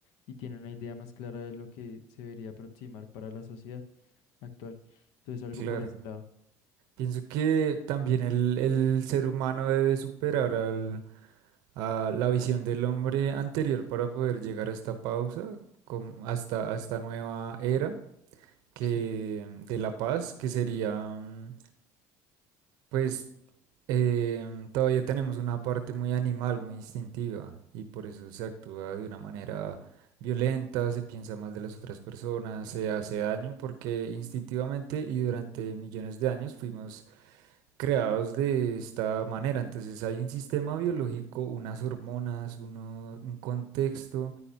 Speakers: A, on the left; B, on the right.
A: y tienen una idea más clara de lo que se debería aproximar para la sociedad actual. Entonces algo
B: Claro.
A: por ese lado.
B: Pienso que también el, el ser humano debe superar al- a la visión del hombre anterior para poder llegar a esta pausa, com- hasta, a esta nueva era que,
A: Sí,
B: de la paz, que sería mm, pues eh, todavía tenemos una parte muy animal, muy instintiva, y por eso se actúa de una manera violenta, se piensa mal de las otras personas, se hace daño, porque instintivamente y durante millones de años fuimos creados de esta manera. Entonces hay un sistema biológico, unas hormonas, uno- un contexto